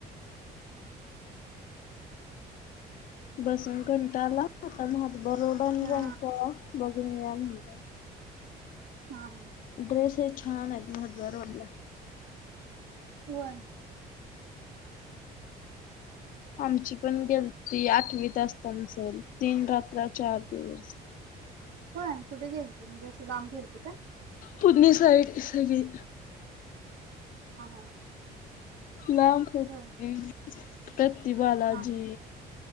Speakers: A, on the right; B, on the left.
A: <unintelligible>
B: बसून
A: होय
B: घंटाला आता मात बरडन जायच
A: हा
B: को बघूनया म्हणलं.
A: हा हा.
B: ड्रेस हे छान आहेत मधल्या रोडला.
A: व्हय.
B: आमची पण गेल ती आठवी असतान चल तीन रात्र चार दिवस.
A: होय कुठे गेलती म्हणजे असं लांब गेलती का.
B: पुदनी साईड सगळी.
A: आ हा.
B: लांब गेलते
A: होय
B: प्रति बालाजी
A: हा हा